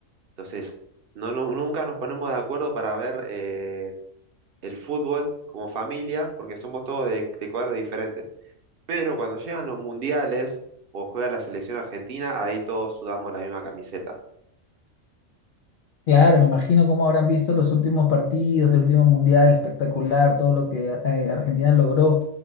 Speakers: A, on the right (about 50°); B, on the left (about 70°).
A: Entonces, no, nu- nunca nos ponemos de acuerdo para ver eh, el fútbol como familia porque somos todos de, de cuadros diferentes. Pero cuando llegan los mundiales o juega la selección argentina, ahí todos sudamos la misma camiseta.
B: Claro, me imagino cómo habrán visto los últimos partidos, el último mundial espectacular, todo lo que eh, Argentina logró.